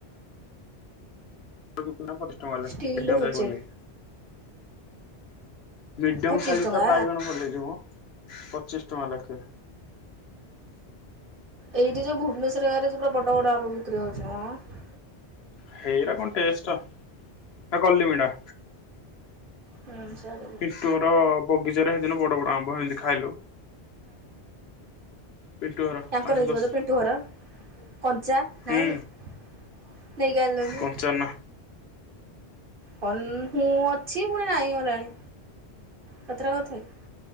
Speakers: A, on the left; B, on the right.
A: <inaudible> ପୁରା ପଚିଶ ଟଙ୍କା ଲେଖା
B: ଷ୍ଟିଲ୍
A: <inaudible> ସାଇଜ୍।
B: ଅଛି
A: <inaudible> ମିଡିୟମ୍
B: ପଚିଶ
A: ସାଇଜଟା
B: ଟଙ୍କା
A: ବାଇଗଣ ପଲେଇ ଯୋଉ ମ, ପଚିଶ ଟଙ୍କା ଲେଖେ।
B: ଏଇଠି ଯୋଉ ଭୁବନେଶ୍ୱର ଗାଁରେ ଯୋଉ ପୁରା ବଡ ବଡ ଆମ୍ବ ବିକ୍ରି ହଉଛି ମ
A: ହେରା କଣ ଟେଷ୍ଟ, ସେ କଲିମିଟା।
B: ହୁଁ। ସିଆଡେ
A: ପିଣ୍ଟୁ ଘର ବଗିଚାରେ ସେଇଦିନ ବଡ ବଡ ଆମ୍ବ ହେମିତି ଖାଇଲୁ। ପିଣ୍ଟୁ ଘର
B: ୟାଙ୍କର
A: ଆଶୁତୋଷ
B: ହେଇଥିବ ତ ପିଣ୍ଟୁ ଘର କଞ୍ଚା
A: ହୁଁ
B: ନାଇଁ ନେଇକି ଆଇଲନି।
A: କଞ୍ଚା ନା
B: କଲ୍ ମୁଁ ଅଛି ପୁଣି ନାଇଁ ଗଲାଣି କେତେଟା କଥା କି